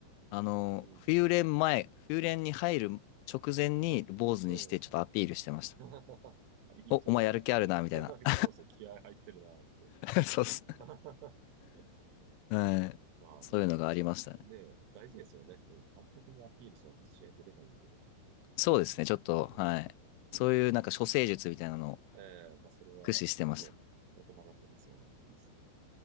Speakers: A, on the left; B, on the right.
A: あの、
B: い。うん。
A: 冬練前、冬練に入る直前に坊主にしてちょっとアピールしてました。
B: はい。ええ。<laughs> あいいんじゃないですか。
A: お、お前やる気あるな、みたいな。
B: <laughs>
A: <laughs>
B: そうですね。気合入ってるなーって。
A: そうっす。
B: <laughs> そっかまあ、
A: はい。
B: まあでも、
A: そういうのがありましたね。
B: ねえ、大事ですよね。うん、監督にアピールしないと試合出れないんで。
A: そうですね、
B: うん。
A: ちょっと、
B: それでやっぱ、
A: はい。
B: うん。
A: そういうなんか処世術みたいなのを
B: ええまあ、それはね、
A: 駆使してました。
B: 大人になっても必要なんでいいですね。